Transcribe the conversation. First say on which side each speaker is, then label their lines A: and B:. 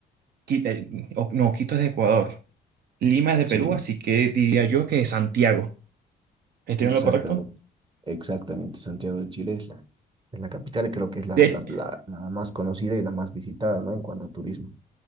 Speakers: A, on the right; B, on the right.
A: Quito, no, Quito es de Ecuador. Lima es de
B: Sí,
A: Perú, así que diría yo que es Santiago. ¿Estoy
B: exactamente.
A: en lo correcto?
B: Exactamente. Santiago de Chile es la, es la capital y creo que es la,
A: De,
B: la, la- la más conocida y la más visitada, ¿no? En cuanto a turismo.